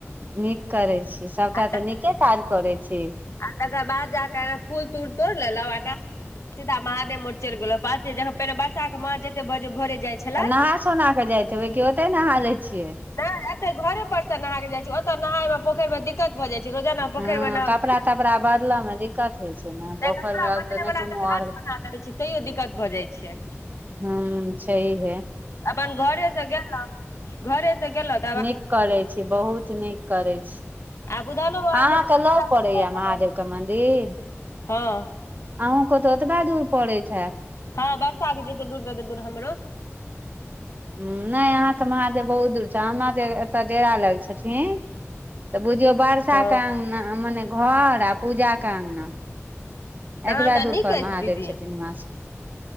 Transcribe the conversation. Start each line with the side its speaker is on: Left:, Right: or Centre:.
Right: नीक करैत छी सभटा
Left: आ
Right: तऽ नीके काज करैत छी।
Left: आ तकर बाद जाकऽ फूल तूल तोड़ लेलौ सीधा महादेव मोठ चैल गेलो बात छै जह पहिने बच्चा के माँ जते बज भरे जाइ छलथि
Right: तऽ नहा सोना कऽ जाइत हेबै कि ओतय नहा लै छियै।
Left: नहि एतै घरे पर से नहा केँ जाइ छै ओत नहायमे पोखैर मे दिक्कत भए जाइ छै रोजाना पोखैर
Right: हँ
Left: मे नहाऊ
Right: कपड़ा बदल में दिक्कत होइ छै ने
Left: नहि
Right: पोखैर
Left: कपड़ा
Right: में
Left: बदले
Right: तऽ नै
Left: वला
Right: कोनो
Left: घाट
Right: औढ़ <inaudible>
Left: बना देने छी तैयो दिक्कत भऽ जाइ छै
Right: हुँ छै हे
Left: अपन घरे सँ गेलौ <inaudible> घरे सँ गेलथ
Right: नीक करै छी बहुत नीक करै छी
Left: आ
Right: <inaudible>
Left: बुधानो बाबा
Right: अहाँ
Left: सबके
Right: केँ
Left: पूजा
Right: लग
Left: करिते
Right: पड़ैय।
Left: गेलहुँ
Right: महादेव केँ मंन्दिर
Left: हँ
Right: अहूँ कऽ तऽ ओतबै दूर पड़ैत हैत
Left: हँ वर्षाकेँ जेतै दूर जतै दूर हमरो।
Right: हु नै अहाँ कऽ महादेव बहुत दूर छथि हमरा एत डेरा लग छथिन तऽ बुझियौ बर्षा
Left: हँ
Right: कऽ अंग माने घर पूजाकेँ अंगना
Left: तहन
Right: एतबा
Left: तऽ
Right: दूर
Left: नीक
Right: पर
Left: अछि
Right: महादेव
Left: दीदी
Right: छथिन हमरा सबकेँ